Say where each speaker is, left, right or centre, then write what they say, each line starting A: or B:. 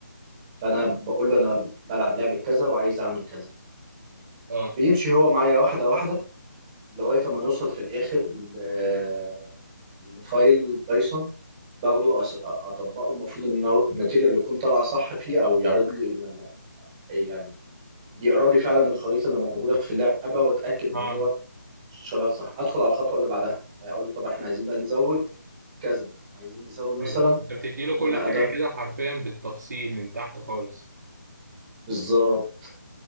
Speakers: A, on the right (about 20°); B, on the right (about 65°).
A: فانا بقول له انا بلعب لعبه كذا وعايز اعمل كذا
B: اه
A: بيمشي هو معايا واحده واحده لغايه ما نوصل في الاخر ل- آه، لفايل بايثون باخده أس- أ- اطبقه المفروض ان هو النتيجه اللي تكون طالعه صح فيه او يعرض لي لما يعني يقرا لي فعلا الخريطه اللي موجوده في اللعبه واتاكد ان
B: اه آه.
A: هو شغال صح ادخل على الخطوه اللي بعدها يعني اقول له طب احنا عايزين بقى نزود كذا عايزين نزود مثلا
B: ايوه انت بتدي له
A: ان
B: كل
A: انا
B: حاجه
A: ادخل
B: كده حرفيا بالتفصيل من تحت خالص
A: بالظبط